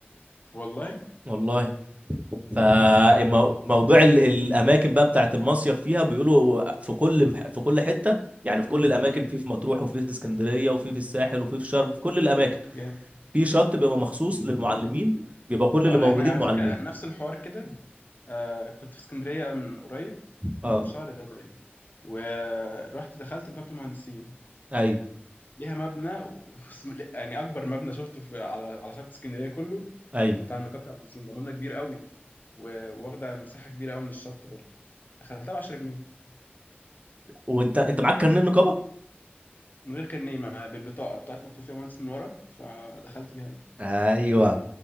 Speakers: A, on the left (about 50°); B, on the right (about 35°).
A: والله
B: والله فموضوع
A: جامد على
B: الاماكن بقى بتاعت المصيف فيها بيقولوا في كل في كل حتة يعني في كل الاماكن
A: امم
B: في في مطروح وفي في اسكندرية وفي في الساحل وفي في شرم في كل الاماكن
A: جامد
B: في شط بيبقى مخصوص للمعلمين بيبقى كل
A: اقول
B: اللي موجودين
A: احنا على
B: معلمين
A: فكره نفس الحوار كده آه كنت في اسكندريه من قريب
B: اه
A: الشهر ده تقريبا ورحت دخلت نقابه المهندسين
B: ايوه
A: ليها مبنى و- <laughs> بس- لا، يعني اكبر مبنى شفته في على على شط اسكندريه كله
B: ايوه
A: كان بتاع نقابه المهندسين ده مبنى كبير قوي و- واخده مساحه كبيره قوي من الشط برضه دخلتها ب 10 جنيه
B: وانت انت معاك كارنيه النقابة
A: من غير كارنيه مع- بالبطاقه بتاعتي مكتوب فيها مهندس من ورا فدخلت بيها عادي
B: ايوه